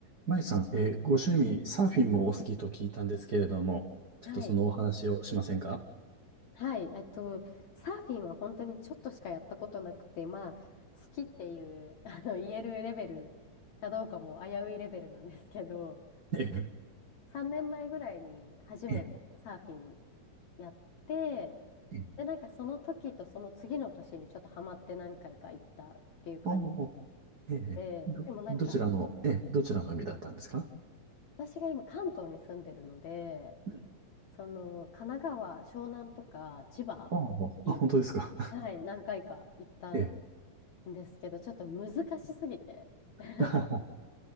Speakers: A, on the right; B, on the left.
A: まゆさん、えーご趣味、サーフィンもお好きと聞いたんですけれども、ちょっとそのお話をしませんか
B: はい。はい。えっと、サーフィンは本当にちょっとしかやったことなくて、まあ、好きっていう、<laughs> あの、言えるレベルかどうかも危ういレベルなんですけど、
A: え
B: 3年前ぐらいに初めてサーフィン
A: え、え
B: やって、
A: え、え
B: で、なんかその時とその次の年にちょっとハマって何回か行ったっていう感じ
A: おお、ええ、
B: で、
A: ど、
B: でもなんか
A: どちらの、ええ、どちらの海だったんですか
B: 私が今関東に住んでるので、
A: うん
B: その神奈川、湘南とか千葉
A: ああ、もうあ、
B: に、
A: 本当ですか。<laughs>
B: はい、何回か行った
A: ええ。
B: んですけど、ちょっと難しすぎて。<laughs>
A: <laughs>